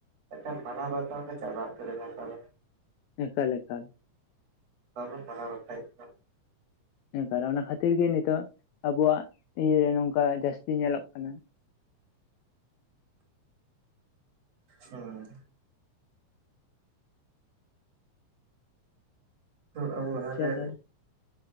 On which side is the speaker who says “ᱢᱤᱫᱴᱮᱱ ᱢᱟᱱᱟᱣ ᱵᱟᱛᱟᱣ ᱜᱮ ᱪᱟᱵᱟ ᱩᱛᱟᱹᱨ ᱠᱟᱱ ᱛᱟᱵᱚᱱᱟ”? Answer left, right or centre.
Right